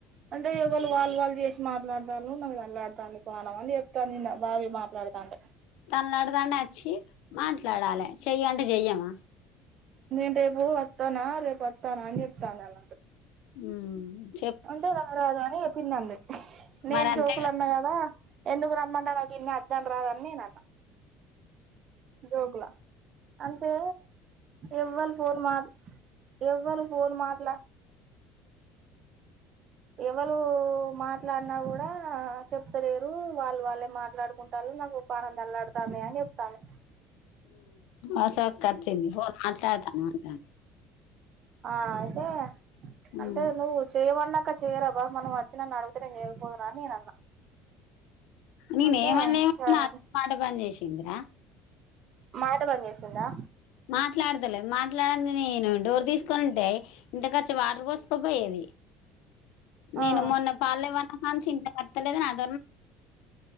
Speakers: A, on the right (about 50°); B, on the left (about 75°).
A: అంటే ఇగ వాళు వాళ్ళు వాళ్ళు చేసి మాట్లాడతారు నా మీద అల్లాడితాండి పోదాం అని చెప్తాంది నిన్న బావే మాట్లాడతాంటే
B: తన్లాడతానే వచ్చి మాట్లాడాలే చెయ్యంటే చెయ్య మా
A: నేను రేపు వత్తానా రేపు వత్తానా అని చెప్తంది వాల్ నాతో
B: హ్మ్
A: అంటే రా రాద అని పిన్ని అంది నేను
B: మరి అంతే
A: జోకులన్న గదా ఎందుకు రమ్మంటావ పిన్ని వద్దంటరా నేన్ అన్నా జోకులా అంటే ఎవ్వళ్ళు ఫోన్ మాట్లా ఎవ్వరు ఫోన్ మాట్లా ఎవరు మా ఇట్లా అన్నా కూడా చెప్తలేరు వాళ్ళు వాళ్ళే మాట మాట్లాడుకుంటాారు నాకు ప్రాణం తనక్కడుతాంది అని చెప్తారు
B: అ అంత ఖర్చుఅయేది ఫోన్ మాట్లాడతానువు అంటది
A: ఆ అయితే
B: ఉమ్
A: అంటే నువ్వు చేయమన్న ఇక్క చేయరా బాగా మనం వచ్చి నన్ను అడుగుతే నేను చేయకపోతునా అని నేను అన్నా
B: నేను
A: అంటే
B: ఏమన్నా ఏమన్నా
A: సరే
B: మాట బంద్ చేసింది ఏందిరా
A: మాట బంద్ చేసిందా
B: మాట్లాడతలేదు <unintelligible> నేను డోర్ తీసుకని ఉంటే ఇంట్లో కొచ్చివాటర్ పోసుకోపోయేది నేను
A: ఆ
B: మొన్న పాలు లేవన్న కాంచి వత్తాలేదు నాతో